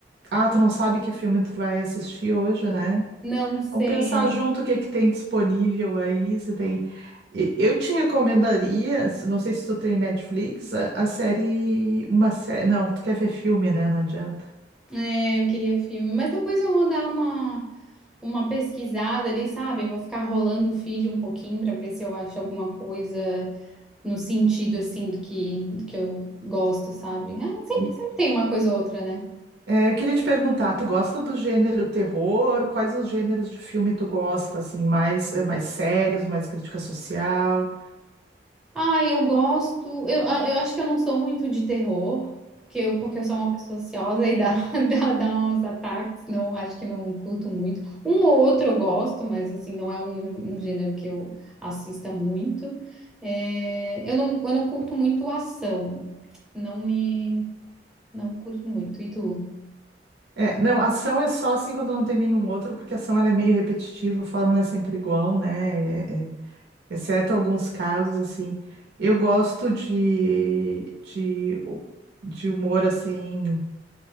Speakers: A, on the right; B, in the centre.
A: ah, tu não sabe que filme tu vai assistir hoje, né?
B: Não sei,
A: Vamos pensar
B: aí.
A: junto o que é que tem disponível aí. Você tem. E- Eu te recomendaria, se- não sei se tu tem Netflix, a, a série, uma série. Não, tu quer ver filme, né? Não adianta.
B: É, eu queria filme, mas depois eu vou dar uma uma pesquisada ali, sabe? Eu vou ficar rolando o feed um pouquinho para ver se eu acho alguma coisa no sentido assim do que, do que eu gosto, sabe? Ah, sempre,
A: E,
B: sempre tem uma coisa ou outra, né?
A: é, eu queria te perguntar, tu gosta do gênero terror? Quais os gêneros de filme tu gosta, assim, mais, é, mais sérios, mais crítica social?
B: Ah, eu gosto. Eu, ah, eu acho que eu não sou muito de terror, porque eu, porque eu sou uma pessoa ansiosa e dá, <laughs> dá, dá uns ataques, não, acho que não curto muito. Um ou outro eu gosto, mas assim, não é um, um gênero que eu assista muito. É, eu não, eu não curto muito ação. Não me. Não curto muito. E tu?
A: É, não, ação é só assim quando não tem nenhum outro, porque ação ela é meio repetitiva, a fórmula é sempre igual, né? é, é, exceto alguns casos, assim. Eu gosto de, de, de humor, assim,